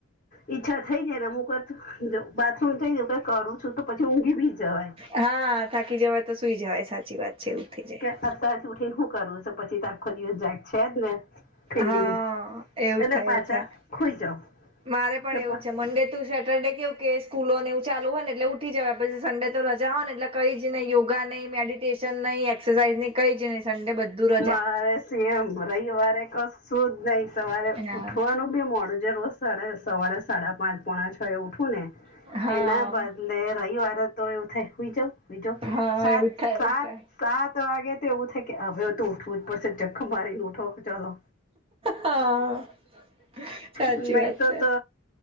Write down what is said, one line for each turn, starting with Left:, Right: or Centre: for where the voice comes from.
Left: ઈચ્છા થઈ જાય ને અમુક વાર બાત <unintelligible> કઈ કરું છું પછી ઊઘી બી જવાય
Right: હા થાકી જવાય તો સુઈ જવાય સાચી વાત છે એવું થઇ જાય
Left: <unintelligible> ઊઠી હું કરું પછી તો આખો દિવસ <unintelligible> છે જ ને ફિલિંગ
Right: હા એવું
Left: એટલે
Right: થાય
Left: પાછા
Right: એવું થાય
Left: ખોઈ જાઓ
Right: મારે પણ
Left: તો
Right: એવું
Left: પ-
Right: છે મંડે તું સેટરડે કેવું કે સ્કૂલો ને એવું ચાલુ હોય ને એટલે ઉઠી જવાય પછી સન્ડે તો રજા હો ને એટલે કઈ જ નય યોગા નય મેડિટેશન નય એક્સરસાઇઝ ની કઈ જ નય સંન્ડે બધું રજા
Left: મારે સેમ રવિવારે કશું નઈ સવારે
Right: હા
Left: ઉઠવાનું બી મોડું જે રોજ સારે સવારે સાડા પાંચ પોણા છ એ ઊઠું ને
Right: હા
Left: એના બદલે રવિવારે તો એવું થાય કે હુંઈ જાવ હુંઈ જવ
Right: હા
Left: સાત
Right: એવું થાય એવું
Left: સાત
Right: થાય
Left: સાત વાગે તો એવું થાય કે હવે તો ઊઠવું જ પડશે જખ મારી ને ઉઠો કે ચલો
Right: હા સાચી
Left: નહી
Right: વાત
Left: તો
Right: છે.
Left: તો